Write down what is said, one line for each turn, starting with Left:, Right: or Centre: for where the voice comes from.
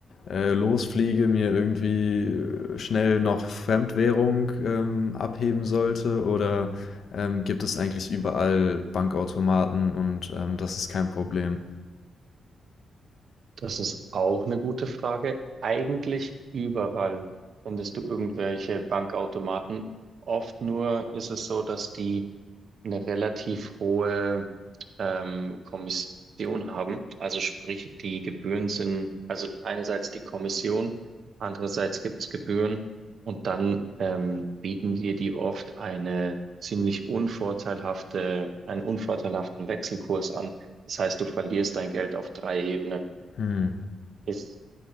Left: äh, losfliege, mir irgendwie äh, schnell noch Fremdwährung ähm, abheben sollte? Oder ähm, gibt es eigentlich überall Bankautomaten und ähm, das ist kein Problem?
Right: Das ist auch eine gute Frage. Eigentlich überall findest du irgendwelche Bankautomaten. Oft nur ist es so, dass die eine relativ hohe ähm, Kommission haben. Also sprich, die Gebühren sind, also einerseits die Kommission, andererseits gibt's Gebühren und dann ähm, bieten dir die oft eine ziemlich unvorteilhafte, einen unvorteilhaften Wechselkurs an. Das heißt, du verlierst dein Geld auf drei Ebenen.
Left: Hm.
Right: Ist